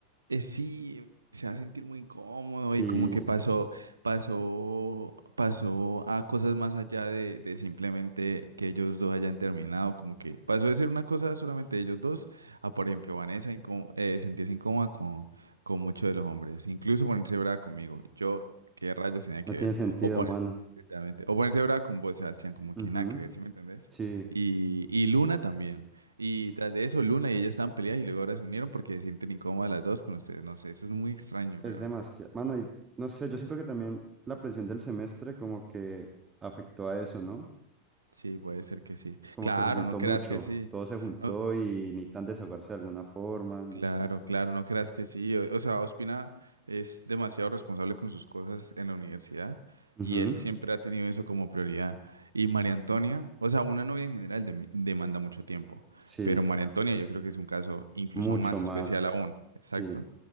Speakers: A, on the right; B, on the right.
A: Eh, sí, se va a sentir muy incómodo
B: sí,
A: y como que pasó, pasó, pasó a cosas más allá de, de simplemente que ellos dos hayan terminado, como que pasó de ser una cosa solamente de ellos dos a, por ejemplo, Vanessa incó- eh, sentirse incómoda con, con muchos de los hombres, incluso ponerse brava conmigo. Yo, ¿qué rayos tenía
B: no
A: que
B: tiene
A: ver?
B: sentido,
A: O poner,
B: mano.
A: literalmente, o ponerse brava con vos, Sebastián, como
B: Ujú,
A: que nada que ver, ¿sí me entendés?
B: Sí,
A: Y, y Luna también. Y tras de eso, Luna y ella estaban peleadas y luego ahora se unieron porque se sienten incómodas las dos con ustedes. No sé, eso es muy extraño,
B: es
A: weón.
B: demasiado, mano, y no sé, yo siento que también la presión del semestre como que afectó a eso, ¿no?
A: Sí, puede ser que sí.
B: Como
A: Claro,
B: que se juntó
A: no creas
B: mucho,
A: que sí.
B: todo se juntó
A: No,
B: y ni tan desahogarse de alguna forma, no
A: Claro,
B: sé.
A: claro, no creas que sí. O, o sea, Ospina es demasiado responsable con sus cosas en la universidad
B: Ujú,
A: y él siempre ha tenido eso como prioridad. Y María Antonia, o sea, una novia en general dem- demanda mucho tiempo,
B: Sí,
A: pero María Antonia yo creo que es un caso incluso
B: mucho
A: más
B: más.
A: especial aún, exacto.
B: Sí.